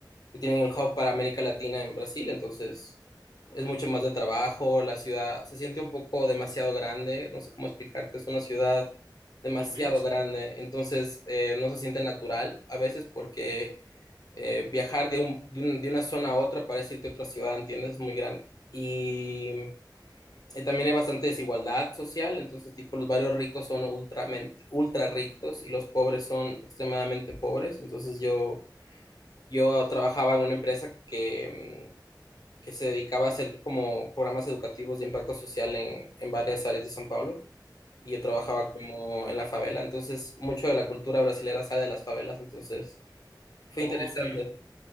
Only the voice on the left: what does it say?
y tienen el hub para América Latina en Brasil, entonces es mucho más de trabajo, la ciudad se siente un poco demasiado grande, no sé cómo explicarte, es una ciudad demasiado
grande, entonces eh, no se siente natural a veces porque eh, viajar de, un- de, un- de una zona a otra para irte a otra ciudad, ¿entiendes? Es muy grande. Y, y también hay bastante desigualdad social, entonces tipo los barrios ricos son ultramente, ultra ricos y los pobres son extremadamente pobres, entonces yo... Yo trabajaba en una empresa que, mm, que se dedicaba a hacer como programas educativos de impacto social en, en varias áreas de San Pablo y yo trabajaba
como en la favela, entonces mucho de la cultura brasilera sale de las favelas, entonces fue
interesante.